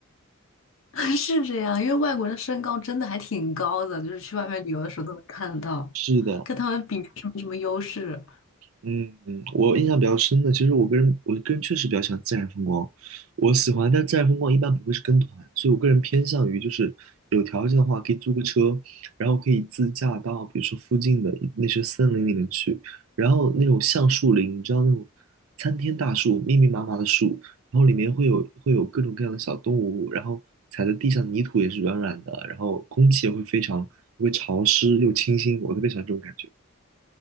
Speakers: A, on the left (about 70°); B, on the right (about 85°).
A: <laughs> 是这样，因为外国人的身高真的还挺高的，就是去外面旅游的时候都能看得到，
B: 是的，
A: 跟他们比是没什么优势。
B: 嗯，我印象比较深的，其实我个人，我个人确实比较喜欢自然风光，我喜欢，但自然风光一般不会是跟团，所以我个人偏向于就是有条件的话，可以租个车，然后可以自驾到比如说附近的那些森林里面去，然后那种橡树林，你知道那种参天大树，密密麻麻的树，然后里面会有会有各种各样的小动物，然后踩在地上泥土也是软软的，然后空气也会非常会潮湿又清新，我特别喜欢这种感觉。